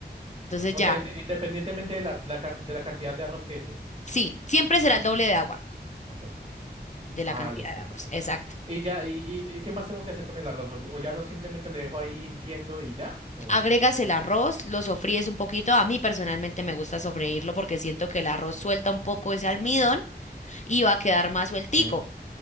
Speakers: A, on the left (about 45°); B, on the right (about 35°).
A: entonces
B: O
A: ya,
B: sea, inde- independientemente de la, la can- de la cantidad de arroz que eche.
A: sí, siempre será el doble de agua.
B: Ok.
A: de
B: Ah,
A: la cantidad
B: listo,
A: de arroz.
B: listo.
A: Exacto.
B: Y ya, y, y- y qué más tengo que hacer con el arroz? ¿O ya lo simplemente lo dejo ahí hirviendo y ya? ¿O
A: Agregas el arroz, lo sofríes un poquito. A mí personalmente me gusta sofreírlo porque siento que el arroz suelta un poco ese almidón y va a quedar más sueltico.
B: Sí.